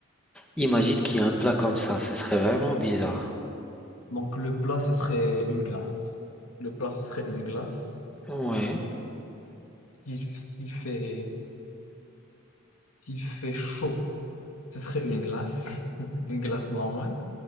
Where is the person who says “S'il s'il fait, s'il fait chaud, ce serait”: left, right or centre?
Left